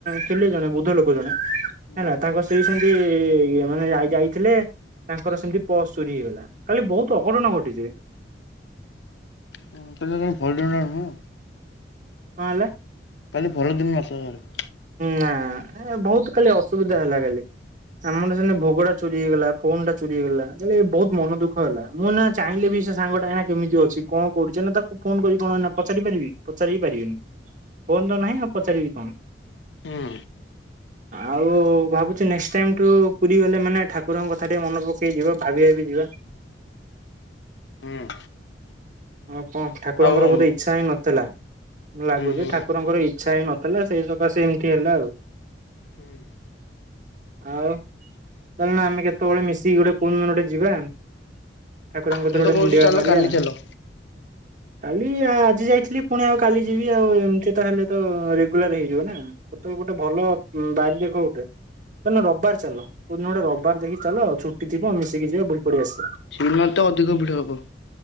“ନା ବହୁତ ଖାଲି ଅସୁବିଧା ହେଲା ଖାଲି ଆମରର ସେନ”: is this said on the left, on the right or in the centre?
Right